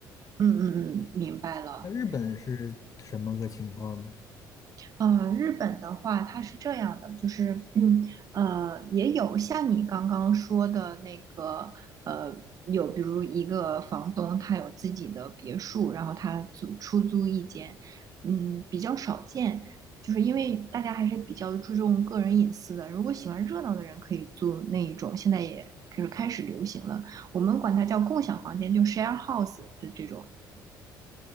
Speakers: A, on the right; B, on the left.
A: 嗯嗯嗯，明白了。
B: 那日本是什么个情况呢？
A: 呃，日本的话，它是这样的，就是，嗯，呃，也有像你刚刚说的那个，呃，有比如一个房东他有自己的别墅，然后他租出租一间，嗯，比较少见，就是因为大家还是比较注重个人隐私的。如果喜欢热闹的人可以租那一种，现在也就是开始流行了，我们管它叫共享房间，就 share house 的这种。